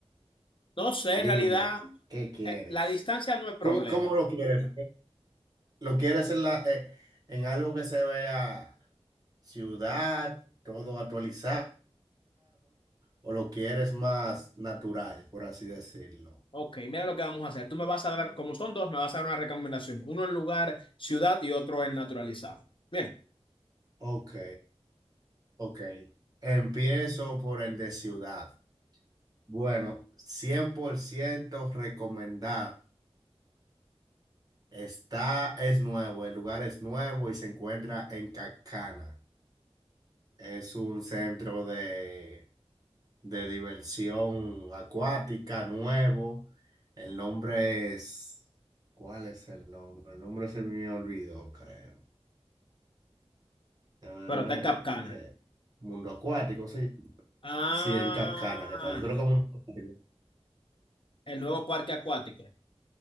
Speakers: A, on the left; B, on the right.
A: No sé,
B: Dime,
A: en realidad,
B: ¿qué quieres?
A: eh, la distancia no es problema.
B: ¿Cómo, cómo lo quieres? ¿Lo quieres en la, eh, en algo que se vea? ciudad, todo actualizado, o lo quieres más natural, por así decirlo.
A: Ok, mira lo que vamos a hacer. Tú me vas a dar, como son dos, me vas a dar una recomendación. Uno en lugar, ciudad y otro en naturalizado. Bien,
B: Ok, ok. Empiezo por el de ciudad. Bueno, 100% recomendado. Está, es nuevo, el lugar es nuevo y se encuentra en Cacana. Es un centro de de diversión acuática, nuevo. El nombre es... ¿Cuál es el nombre? El nombre se me olvidó, creo. Eh,
A: pero está en Capcana.
B: eh, Mundo Acuático, sí.
A: Ah,
B: Sí, en Cancana, que está. Yo creo que Mundo Acuático.
A: el nuevo parque acuático.